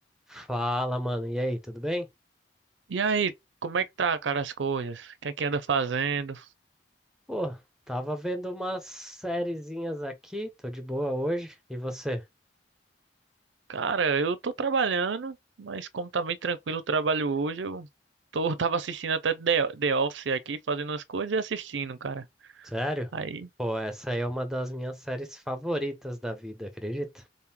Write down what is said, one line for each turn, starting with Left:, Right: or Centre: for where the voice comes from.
Centre: Fala, mano. E aí, tudo bem?
Right: E aí, como é que tá, cara, as coisas? O que é que anda fazendo?
Centre: Pô, tava vendo umas sériezinhas aqui, tô de boa hoje. E você?
Right: Cara, eu tô trabalhando, mas como tá bem tranquilo o trabalho hoje, eu tô, <laughs> tava assistindo até The, The Office aqui, fazendo as coisas e assistindo, cara.
Centre: Sério?
Right: Aí,
Centre: Pô, essa aí é uma das minhas séries favoritas da vida, acredita?